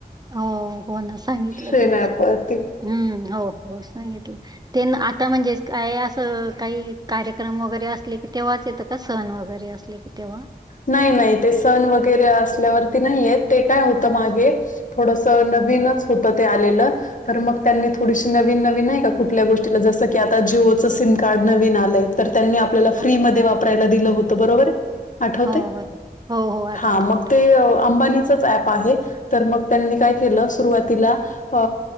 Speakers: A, on the right (about 25°); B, on the left (about 50°).
A: हो हो ना सांगितलं
B: सेनापती.
A: तू हम्म हो हो सांगितलं. ते आता म्हणजे काय असं काही कार्यक्रम वगैरे असले की तेवहाच येतं का सण वगैरे असले की, ते तेव्हा
B: नाही नाही ते सण वगैरे असल्यावरती नाही येत ते काय होतं मागे थोड सण बीनच होत ते आलेलं. तर मग त्यांनी थोडीशी नवीन नवीन नाही का कुठल्या गोष्टीला जसं की आता जिओचं सिम कार्ड नवीन आलंय. तर त्यांनी आपल्याला
A: हो
B: फ्रीमध्ये वापरायला दिलं होतं बरोबर आहे. आठवतय
A: हो बरं हो हो आठवत
B: हा
A: आठवत.
B: मग ते आंबानीचच ऍप आहे तर मग त्यांनी काय केलं सुरवातीला अ